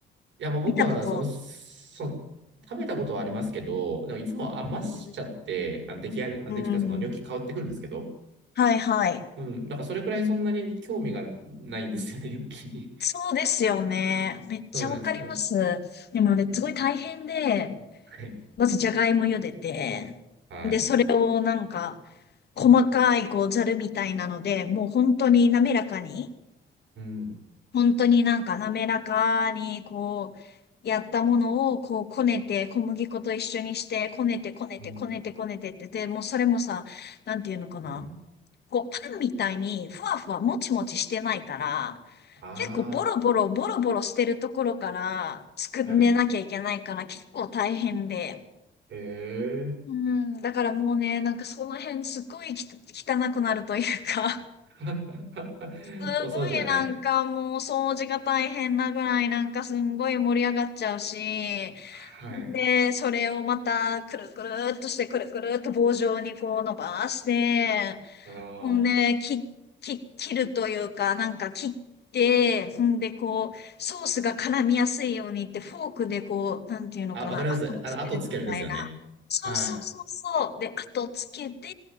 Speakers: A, on the right; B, on the left.
A: いや、もう僕は、
B: 見たこと。
A: その、その、食べたことはありますけど、でもいつも余しちゃって、
B: うん。
A: あの、出来合できたそのニョッキ変わってくるんですけど、
B: うんはいはい。
A: うん、だからそれくらいそんなに興味がないんですよね、<laughs> ニョッキに。
B: そうですよね。
A: <laughs>
B: めっちゃわかります。
A: そうなんですよ。
B: でもね、すごい大変で、
A: はい。
B: まずじゃがいも茹でて、
A: はい。
B: で、それをなんか、細かいこうざるみたいなので、もう本当に滑らかに、
A: うん、
B: 本当になんか滑らかにこう、やったものをこうこねて、小麦粉と一緒にして、こねてこねてこねてこねてってて、
A: うん、
B: もうそれもさ、なんていうのかな。
A: うん。
B: こうパンみたいにふわふわもちもちしてないから、
A: あ
B: 結構ボロボロボロボロしてるところから作んでなきゃいけないから結構大変で。
A: あ、はい。へえ。
B: うん、だからもうね、なんかその辺すっごいき汚くなるというか
A: <laughs>
B: すごいなんかもう掃除が大変なぐらいなんかすんごい盛り上がっちゃうし、
A: お掃除がね。はい。
B: で、それをまたくるくるっとしてくるくるっと棒状にこう伸ばして、
A: あー
B: ほんで、き、き、切るというかなんか切って、ほんでこう、ソースが絡みやすいようにってフォークでこう、なんていうのかな、
A: あ、わかります。
B: 後をつけるみたいな。
A: あの、後つけるんですよね。
B: そうそうそうそう。
A: はい。
B: で、後をつけて、